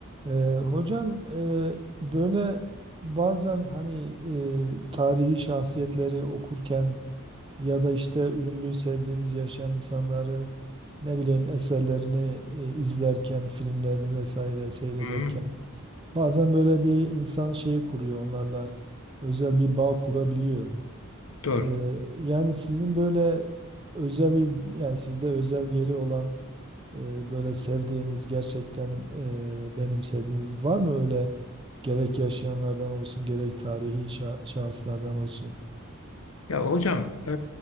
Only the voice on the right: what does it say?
Ee, hocam e, böyle bazen hani e, tarihi şahsiyetleri okurken ya da işte ünlü sevdiğimiz yaşayan insanları ne bileyim eserlerini e, izlerken filmlerini vesaire seyrederken
bazen böyle bir insan şeyi kuruyor onlarla özel bir bağ kurabiliyor.
Ee, yani sizin böyle özel bir yani sizde özel yeri olan e, böyle sevdiğiniz gerçekten e, benimsediğiniz var mı öyle gerek yaşayanlardan olsun gerek tarihi şah- şahıslardan olsun?